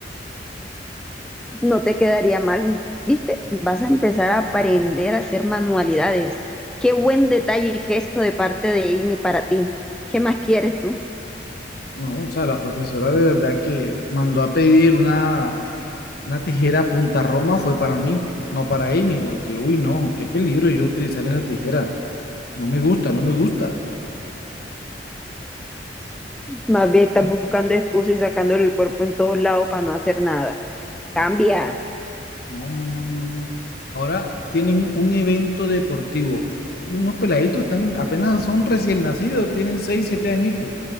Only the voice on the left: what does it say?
No, o sea, la profesora de verdad que mandó a pedir una, una tijera punta Roma fue para mí, no para Amy, porque, uy, no, qué peligro yo utilizar esa tijera. No me gusta, no me gusta.
No, no, no, no, no. Ahora tienen un evento deportivo. Y unos peladitos están, apenas son recién nacidos, tienen 6, 7 añitos.